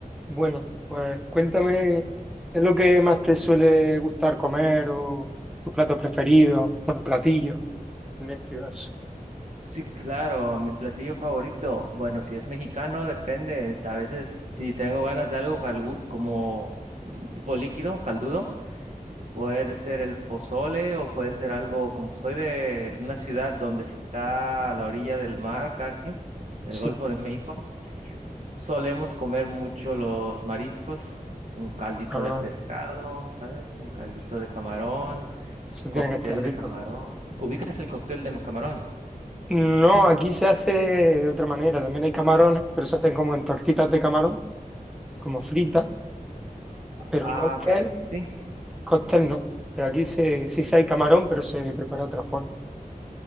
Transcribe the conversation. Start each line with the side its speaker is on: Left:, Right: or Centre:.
Centre: Bueno, pues cuéntame, ¿qué es lo que más te suele gustar comer o tus platos preferidos? Bueno, platillos, en este caso.
Right: Sí, claro, mi platillo favorito. Bueno, si es mexicano, depende. A veces, si tengo ganas de algo calgu- como tipo líquido, caldudo, puede ser el pozole o puede ser algo, como soy de una ciudad donde está a la orilla del mar casi, del
Centre: Sí,
Right: Golfo de México, solemos comer mucho los mariscos, un caldito
Centre: ah,
Right: de pescado, ¿sabes? Un caldito de camarón,
Centre: eso
Right: cóctel
Centre: tiene que estar
Right: de
Centre: rico.
Right: camarón. ¿Ubicas el cóctel de camarón?
Centre: No, aquí se hace de otra manera, también hay camarones, pero se hacen como en tortitas de camarón, como fritas, pero
Right: Ah,
Centre: cóctel,
Right: ok. Sí.
Centre: cóctel no. Pero aquí se, sí se hay camarón, pero se prepara de otra forma.